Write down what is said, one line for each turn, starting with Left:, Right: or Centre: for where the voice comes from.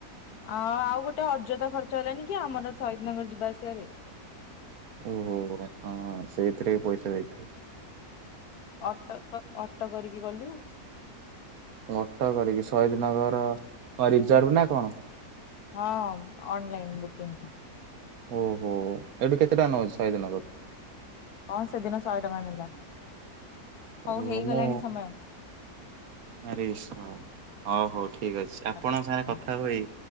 Left: ଆ ଆଉ ଗୋଟେ ଅଯଥା ଖର୍ଚ୍ଚ ହେଲଣିି କି, ଆମର ଶହୀଦନଗର ଯିବା ଆସିବାରେ।
Right: ଓହୋ, ହଁ, ସେଇଥିରେ ପଇସା ଯାଇଥିବ।
Left: ଅଟ ତ ଅଟ କରିକି ଗଲୁ।
Right: ଅଟୋ କରିକି, ସହିଦନଗର ରିଜର୍ଭ ନା କଣ?
Left: ହଁ ଅନଲାଇନ୍ ବୁକିଂ।
Right: ଓହୋ ଏଠୁ କେତେ ଟଆଁ ନବ ସହିଦନଗର?
Left: ହଁ ସେଦିନ ଶହେ ଟଙ୍କା ନେଲା। ହଉ
Right: ଓ
Left: ହେଇଗଲାଣି
Right: ମୁଁ
Left: ସମୟ।
Right: ଆରେ ଶଳା ହଉ ହଉ ଠିକ୍ ଅଛି ଆପଣଙ୍କ
Left: ରଖୁଛି
Right: ସାଙ୍ଗେରେ
Left: ହଁ
Right: କଥାହୋଇ